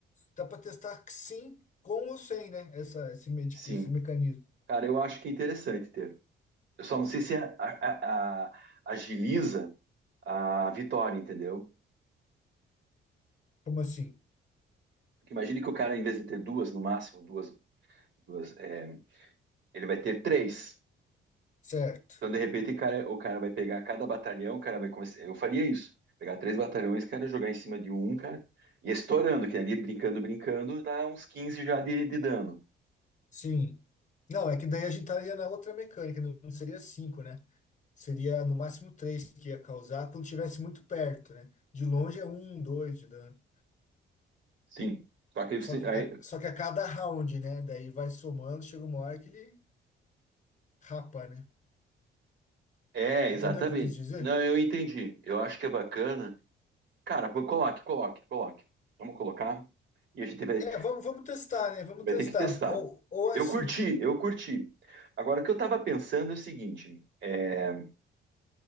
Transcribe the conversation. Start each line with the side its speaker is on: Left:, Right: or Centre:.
Left: dá para testar que sim com ou sem, né? Essa esse medi-
Right: Sim.
Left: esse mecanismo.
Right: Cara, eu acho que é interessante ter. Eu só não sei se a- a- a- agiliza a vitória, entendeu?
Left: Como assim?
Right: Porque imagine que o cara, em vez de ter duas, no máximo, duas, duas, é, ele vai ter três.
Left: Certo.
Right: Então, de repente, o cara, o cara vai pegar cada batalhão, o cara vai começar. Eu faria isso. Pegar três batalhões, cara, jogar em cima de um, cara, e estourando, que ali brincando, brincando, dá uns 15 já de, de dano.
Left: Sim. Não, é que daí a gente estaria na outra mecânica, não não seria cinco, né? Seria no máximo três que ia causar quando estivesse muito perto, né? De longe é um, dois de dano.
Right: Sim. Só que você-
Left: Só que,
Right: aí-
Left: ga- só que a cada round, né? Daí vai somando, chega uma hora que ele rapa, né?
Right: é, exatamente.
Left: Entendeu o que eu quis dizer?
Right: Não, eu entendi. Eu acho que é bacana. Cara, vou- coloque, coloque, coloque. Vamos colocar? E a gente vai,
Left: É, vamos, vamos testar, né? Vamos
Right: vai
Left: testar.
Right: ter que testar.
Left: Ou, ou assim.
Right: Eu curti, eu curti. Agora, o que eu tava pensando é o seguinte: é,